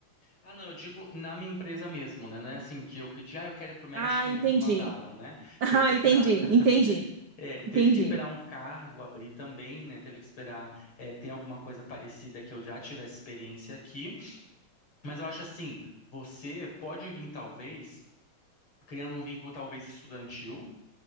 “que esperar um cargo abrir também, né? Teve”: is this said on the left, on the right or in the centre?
Left